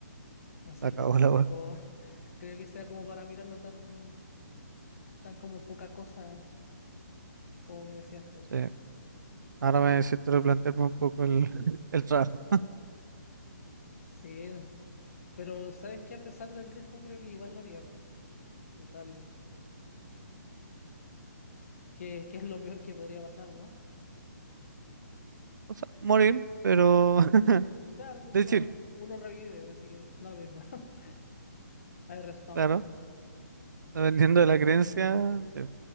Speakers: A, on the left (about 50°); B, on the right (about 85°).
A: Así
B: la cago
A: que tampoco
B: la wea.
A: <laughs> creo que sea como para mirarlo tan, Está como poca cosa, como me decías tú.
B: Sí, ahora me necesito replantearme un poco el, <laughs> el trato.
A: Sí, pero sabes que a pesar del riesgo creo que igual lo haría. Total, que, que es lo peor que podría pasar, ¿no?
B: O sea, morir, pero <laughs>
A: Mm, Claro, pero
B: de
A: uno,
B: chill,
A: uno revive, así que da lo mismo. <laughs> Hay respawn.
B: claro. Dependiendo de la creencia, sí,